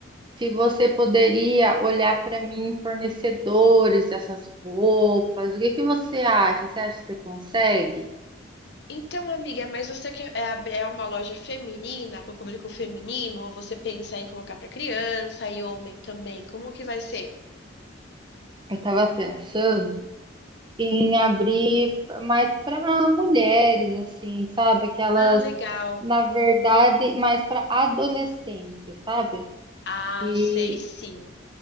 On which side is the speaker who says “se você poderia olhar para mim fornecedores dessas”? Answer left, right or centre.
Right